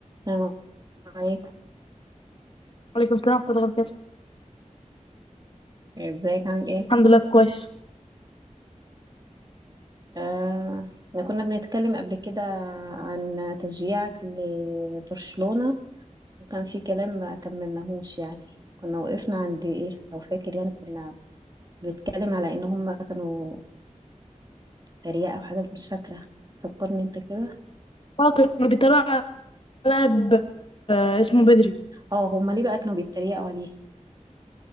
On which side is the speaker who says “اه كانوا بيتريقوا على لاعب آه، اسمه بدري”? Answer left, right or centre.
Left